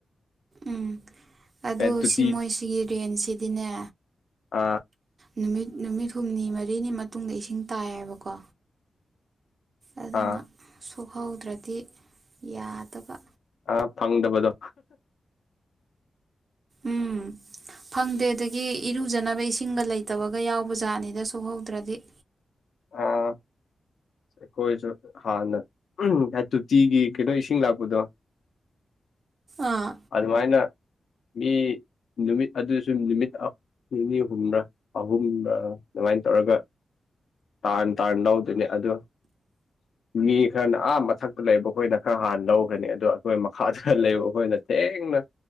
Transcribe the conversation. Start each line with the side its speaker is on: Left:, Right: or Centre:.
Right: ꯎꯝ ꯑꯗꯨ
Left: ꯇꯨꯇꯤ
Right: ꯁꯤ ꯃꯣꯏꯁꯤꯒꯤ ꯔꯦꯟ ꯁꯤꯗꯤꯅꯦ꯫
Left: ꯑꯥ꯫
Right: ꯅꯨꯃꯤꯠ ꯅꯨꯃꯤꯠ ꯍꯨꯝꯅꯤ ꯃꯔꯤꯅꯤ ꯃꯇꯨꯡꯗ ꯏꯁꯤꯡ ꯇꯥꯏꯌꯦꯕꯀꯣ ꯑꯗꯨꯅ
Left: ꯑꯥ
Right: ꯁꯣꯛꯍꯧꯗ꯭ꯔꯗꯤ ꯌꯥꯗꯕ
Left: ꯑꯥ ꯐꯪꯗꯕꯗꯣ
Right: ꯎꯝ ꯐꯪꯗꯦ ꯑꯗꯒꯤ ꯏꯔꯨꯖꯅꯕ ꯏꯁꯤꯡꯒ ꯂꯩꯇꯕꯒ ꯌꯥꯎꯕ ꯖꯥꯠꯅꯤꯗ ꯁꯨꯍꯧꯗ꯭ꯔꯗꯤ
Left: ꯑꯥ ꯑꯩꯈꯣꯏꯁꯨ ꯍꯥꯟꯅ <unintelligible> ꯇꯣꯇꯤꯒꯤ ꯀꯩꯅꯣ ꯏꯁꯤꯡ ꯂꯥꯛꯄꯗꯣ
Right: ꯑꯥ
Left: ꯑꯗꯨꯃꯥꯏꯅ ꯃꯤ ꯅꯨꯃꯤꯠ ꯑꯗꯨꯁꯨ ꯅꯨꯃꯤꯠ ꯅꯤꯅꯤ ꯍꯨꯝꯔ ꯑꯍꯨꯔꯥꯠꯑꯗꯨꯃꯥꯏꯅ ꯇꯧꯔꯒ ꯇꯥꯟ ꯇꯥꯟ ꯂꯧꯗꯅꯦ ꯑꯗꯣ ꯃꯤ ꯈꯔꯅ ꯑꯥ ꯃꯊꯛꯇ ꯂꯩꯕ ꯑꯩꯈꯣꯏꯅ ꯈꯔ ꯍꯥꯟꯅ ꯂꯧꯈ꯭ꯔꯅꯤ ꯑꯗꯣ ꯑꯩꯈꯣꯏ ꯃꯈꯥꯗ ꯂꯩꯕ ꯑꯩꯈꯣꯏ ꯑꯩꯅ ꯊꯦꯡꯅ